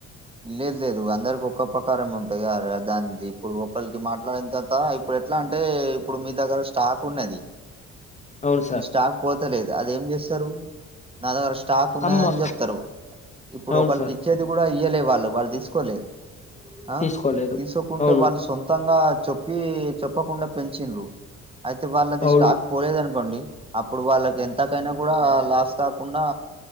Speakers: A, on the right; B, on the left.
A: లేదు లేదు అందరికీ ఒక్క ప్రకారమే ఉంటదా <unintelligible> దానికి ఇప్పుడు ఒకలికి మాట్లాడిన తర్త ఇ ప్పుడు ఎట్లా అంటే ఇప్పుడు మీ దగ్గర స్టాక్ ఉన్నది
B: అవును సార్
A: మీ స్టాక్ పోతాలేదు అదేం చేస్తరు నా దగ్గర స్టాక్ ఉన్నదని
B: అమ్మ
A: చెప్తరు ఇప్పుడు
B: అవును
A: ఒకలికి
B: సార్
A: ఇచ్చేది కూడా ఇయ్వలే వాళ్ళు వాళ్ళు తీసుకోలే ఆ
B: తీసుకోలేదు
A: తీసోకుంటే
B: అవును
A: వాళ్ళు సొంతంగా చొ ప్పి చెప్పకుండా పెంచిన్రు అయితే వాళ్ళది
B: అవును
A: స్టాక్ పోలేదని పండి అప్పుడు వాళ్ళకి ఎంతకైనా కూడా లాస్ కాకుండా